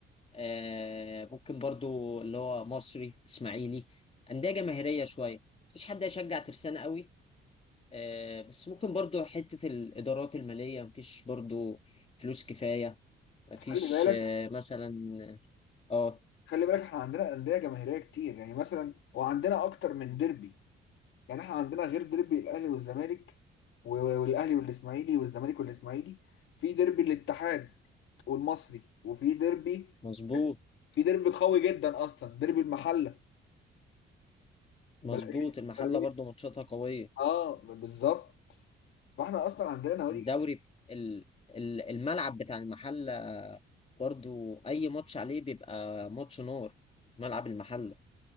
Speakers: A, on the left; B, on the left.
A: آه، ممكن برضو اللي هو مصري إسماعيلي أندية جماهيرية شوية مفيش حد هيشجع ترسانة قوي آه، بس ممكن برضو حتة الإدارات المالية مفيش برضو فلوس كفاية مفيش
B: خلي بالك
A: آه، مثلا اه
B: خلي بالك احنا عندنا أندية جماهيرية كتير يعني مثلا وعندنا اكتر من ديربي يعني احنا عندنا غير ديربي الاهلي والزمالك و- والاهلي والاسماعيلي والزمالك والاسماعيلي في ديربي الاتحاد والمصري وفي ديربي
A: مظبوط
B: في ديربي قوي جدا اصلا ديربي المحله بلديه
A: مظبوط المحلة
B: بلديه
A: برضو ماتشاتها قوية
B: اه بالظبط فاحنا اصلا عندنا نوادي
A: الدوري
B: جماهيرية.
A: ال- ال- الملعب بتاع المحلة برضو اي ماتش عليه بيبقى ماتش نار ملعب المحله